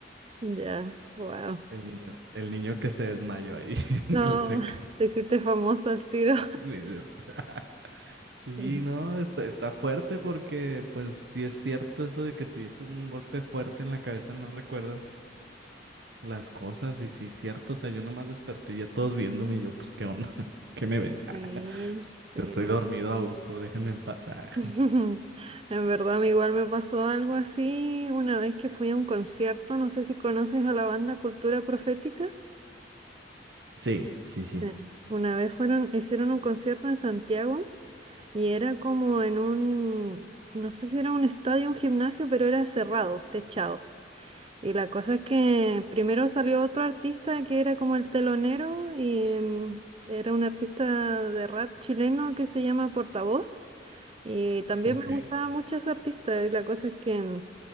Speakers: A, on the right; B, on the right.
A: Ya, wow.
B: El niño, el niño que se desmayó ahí <laughs> en
A: No,
B: el recreo.
A: te hiciste famoso al tiro.
B: <laughs> Ni siquiera. Sí,
A: <laughs>
B: no, está, está fuerte porque pues sí es cierto eso de que si es un golpe fuerte en la cabeza no recuerdas las cosas y sí es cierto, o sea, yo nomás desperté y ya todos viéndome y yo pues qué onda, <laughs> qué me ven, Ah,
A: Sí, sí.
B: yo estoy dormido a gusto, déjenme en paz. Ah, <laughs>
A: <laughs> En verdad, a mí igual me pasó algo así una vez que fui a un concierto. No sé si conoces a la banda Cultura Profética.
B: Sí, sí, sí.
A: Sí. Una vez fueron, hicieron un concierto en Santiago. Y era como en un, no sé si era un estadio, un gimnasio, pero era cerrado, techado. Y la cosa es que primero salió otro artista que era como el telonero y mm, era un artista de rap chileno que se llama Portavoz. Y también
B: Ok.
A: me gustaba mucho ese artista. Y la cosa es que mm,